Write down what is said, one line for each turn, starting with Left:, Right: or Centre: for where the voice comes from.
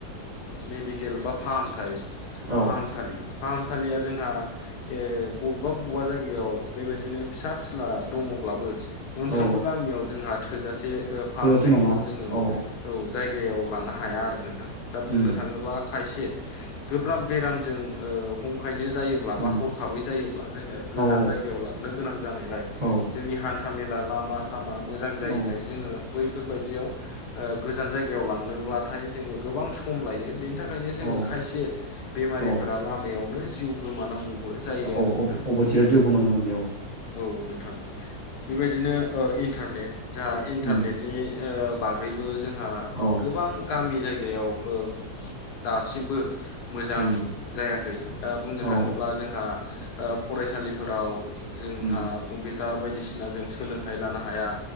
Left: मेडिकेल बा फाहामथाइ
Right: औ
Left: फाहामसालि फाहामसालिया जोंहा ए बबेबा बबेबा जायगायाव बेबायदिनो फिसा फिला दङब्लाबो
Right: औ
Left: फ्रोमबो गामियाव जोंहा थोजासे ओ फाहामथायखौ
Right: थोजासे नङा
Left: जोङो
Right: औ
Left: औ जायगायाव लानो हाया आरो नोंथां। दा बुंनो
Right: उम
Left: थाङोबा खायसे गोब्राब बेरामजों ओ हमखायनो जायोब्लाबा
Right: उम
Left: हर बै जायोब्ला जोंङो गोजान
Right: औ
Left: जायगायाव लांनो गोनां जानायलाय
Right: औ
Left: जोंनि हान्था मेला ला मा सामा मोजां जायैलाय
Right: औ
Left: जोङो बैफोरबायदियाव ओ गोजान जायगायाव लांनोब्लाथाय जोङो गोबां सम लायो। बेनि थाखायनो जोङो
Right: औ
Left: खायसे बेमारिफोरा
Right: औ
Left: लामायावनो जिउ गोमानांगौबो जायो आरो।
Right: अब
Left: नोंथां
Right: अबथिरा जिउ
Left: औ
Right: गोमानांगोन बेयाव।
Left: औ नोंथां बेबायदिनो ओ इन्टारनेट जोहा इन्टारनेटनि
Right: उम
Left: ओ बागैबो जोंहा
Right: औ
Left: गोबां गामि जायगायाव ओ दासिमबो मोजां
Right: उम
Left: जायाखै। दा बुंनो
Right: औ
Left: थाङोब्ला जोंहा ओ फरायसालिफोराव जोंहा
Right: उम
Left: कम्पिउटार बायदिसिना जों सोलोंथाइ लानो हाया।